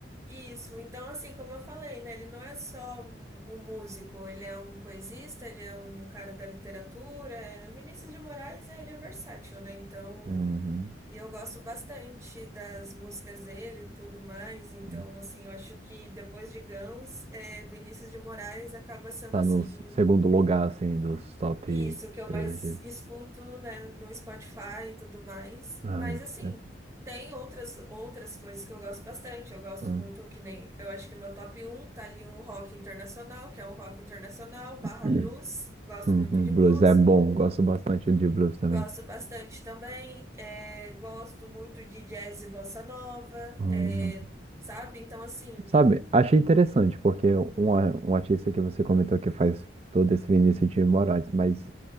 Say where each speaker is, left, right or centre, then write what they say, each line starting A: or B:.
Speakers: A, on the right (about 15°); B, on the right (about 30°).
A: isso. Então, assim, como eu falei, né? Ele não é só um, um músico, ele é um poesista, ele é um cara da literatura. é- O Vinícius de Moraes, é, ele é versátil, né? Então,
B: Uhum.
A: e eu gosto bastante das músicas dele e tudo mais. Então,
B: uhum.
A: assim, eu acho que depois de Guns, é, Vinícius de Moraes acaba sendo
B: Tá
A: assim.
B: no s- segundo lugar, assim, dos top
A: Isso, o que eu
B: 3
A: mais
B: aqui.
A: escuto, né, no Spotify e tudo mais.
B: Ai,
A: Mas assim,
B: é.
A: tem outras outras coisas que eu gosto bastante. Eu gosto
B: Hum.
A: muito que nem, eu acho que meu top um tá ali um rock internacional, que é um rock internacional barra
B: Uhum.
A: blues. Gosto
B: Uhum.
A: muito de blues.
B: Blues é bom, gosto bastante de blues também.
A: Gosto bastante também. é, gosto muito de jazz e bossa nova,
B: Uhum.
A: é, sabe? Então assim,
B: Sabe, achei interessante, porque um, a- um artista que você comentou que faz todo esse Vinícius de Moraes, mas